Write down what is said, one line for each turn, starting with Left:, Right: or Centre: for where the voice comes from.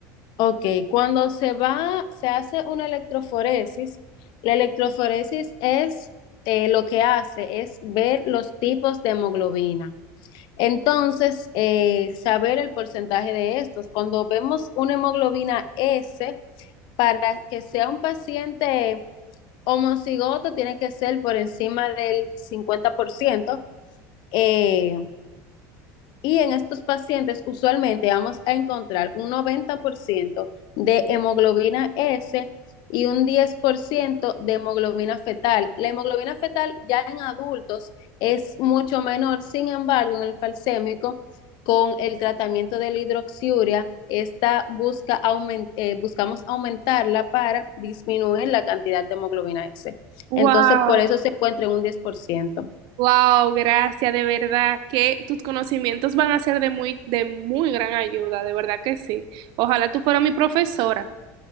Left: Ok, cuando se va, se hace una electroforesis, la electroforesis es eh, lo que hace es ver los tipos de hemoglobina. Entonces, eh, saber el porcentaje de estos. Cuando vemos una hemoglobina S, para que sea un paciente homocigoto, tiene que ser por encima del 50%. eh, y en estos pacientes usualmente vamos a encontrar un 90% de hemoglobina S y un 10% de hemoglobina fetal. La hemoglobina fetal ya en adultos es mucho menor, sin embargo, en el falsémico, con el tratamiento de la hidroxiuria, esta busca aument eh, buscamos aumentarla para disminuir la cantidad de hemoglobina S. Entonces,
Right: Wow,
Left: por eso se encuentra en un diez por ciento
Right: wow, gracias, de verdad que tus conocimientos van a ser de muy, de muy gran ayuda, de verdad que sí. Ojalá tú fueras mi profesora.